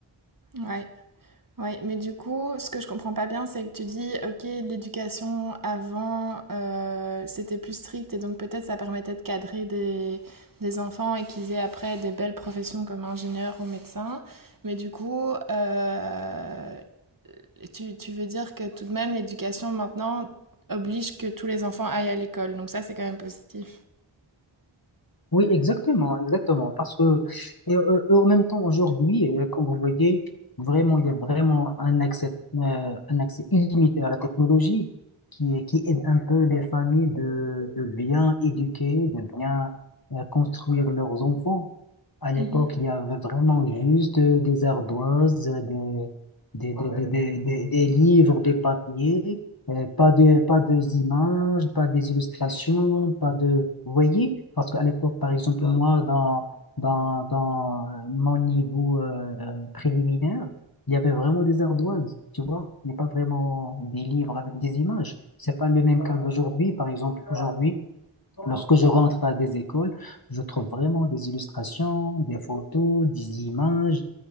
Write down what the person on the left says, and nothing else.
Oui, exactement, exactement. Parce que, et, euh, et en même temps, aujourd'hui, euh, comme vous voyez, vraiment, il y a vraiment un accès, euh, un accès illimité à la technologie qui, est- qui aide un peu les familles de, de bien éduquer, de bien, euh, construire leurs enfants. À l'époque,
il y avait vraiment juste euh, des ardoises, euh, des, des, des, Ouais. des, des, des- des livres, des papiers, euh, pas de, pas de images, pas des illustrations, pas de... Vous voyez? Parce qu'à l'époque, par exemple, moi, dans, dans, dans euh, mon niveau euh, préliminaire, il y avait vraiment des ardoises, tu vois? Il n'y a pas vraiment des livres avec des images. C'est pas le même cas d'aujourd'hui, par exemple, aujourd'hui. Lorsque je rentre à des écoles, je trouve vraiment des illustrations, des photos, des images.